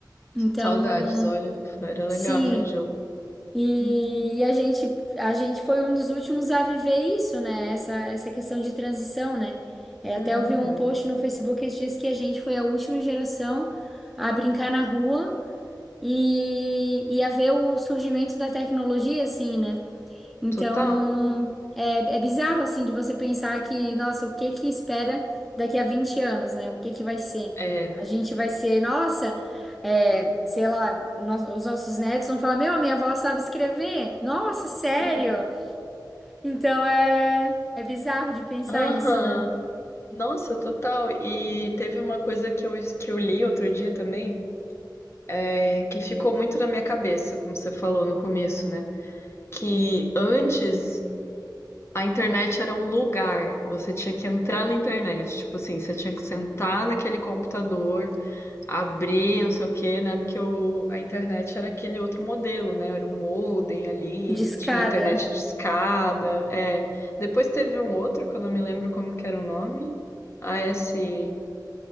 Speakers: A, in the centre; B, on the left (about 35°).
A: Então,
B: Saudades, olha. Era legal
A: sim,
B: aquele jogo.
A: e, e a gente, a gente foi um dos últimos a viver isso, né? Essa, essa questão de transição, né? É, até
B: Uhum.
A: eu vi um Sim. post no Facebook esses dias que a gente foi a última geração a brincar na rua e, e a ver o surgimento da tecnologia, assim, né? Então,
B: Total.
A: é, é bizarro, assim, de você pensar que, nossa, o que que espera daqui a 20 anos, né? O que que vai ser?
B: É.
A: A gente vai ser, nossa, é, sei lá, nós- os nossos netos vão falar, meu, a minha avó sabe escrever. Nossa, sério? Então, é, é bizarro de pensar
B: Aham.
A: isso, né?
B: Nossa, total. E teve uma coisa que eu, que eu li outro dia também, é, que ficou muito na minha cabeça, como você falou no começo, né? Que antes A internet era um lugar, você tinha que entrar na internet. Tipo assim, você tinha que sentar naquele computador, abrir, não sei o quê, né? Porque o, a internet era aquele outro modelo, né? Era um modem ali,
A: De escada.
B: tinha internet de escada. É. Depois teve um outro, que eu não me lembro como que era o nome. AS.